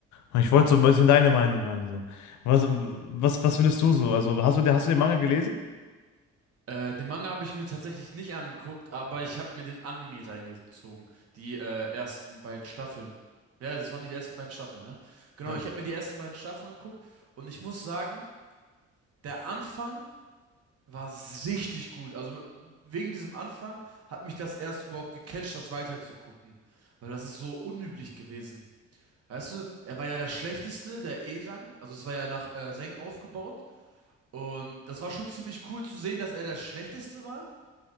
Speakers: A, on the left; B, on the right.
A: Und ich wollte so ein bisschen deine Meinung hören. So. Was, was, was findest du so? Also hast du, hast du den Manga gelesen?
B: Äh, den Manga habe ich mir tatsächlich nicht angeguckt, aber ich habe mir den Anime reingezogen. Die äh, ersten beiden Staffeln. Ja, das waren die ersten beiden Staffeln, ne? Genau,
A: Ja.
B: ich habe mir die ersten beiden Staffeln angeguckt und ich muss sagen, der Anfang war richtig gut. Also m- wegen diesem Anfang hat mich das erst überhaupt gecatcht, das weiterzugucken. Weil das ist so unüblich gewesen. Weißt du, er war ja der Schlechteste, der E-Rang. Also es war ja nach äh, Rängen aufgebaut. Und das war schon ziemlich cool zu sehen, dass er der Schlechteste war.